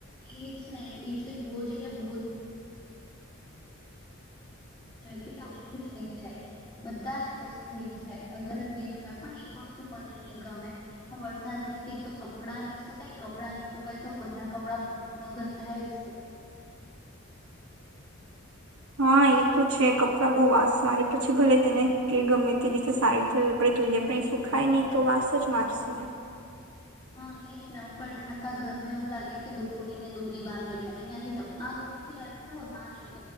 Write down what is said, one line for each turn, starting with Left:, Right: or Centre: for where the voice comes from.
Left: એજ ને એટલે બહુજ એટલે બહુજ કેટલા ખુશ થઈ જાય બધા જ ખુશ થઈ જાય અગરમિ પણ એક વસ્તુ મને નહીં ગમે વરસાદધક તો કપડાં નહી શુંકાય કપડાં નહી શુંકાય તો બધા કપડા બ ગંધાય જ
Right: હા એ તો છે કપડા બહુ વાસ મારે પછી ભલે તેને કે ગમે તે રીતે સારી રીતે આપણે ધોઈએ પણ એ સુખાય નહી તો વાસ જ મારશે ને
Left: હા એ જ ને ઉપર થયાકા ઘરમાં એવું લાગે કે દોરીને દોરી બાંધેલી અહિયાંથી જાવ તો ત્યાં દોરીથી અથડાવો ત જ ત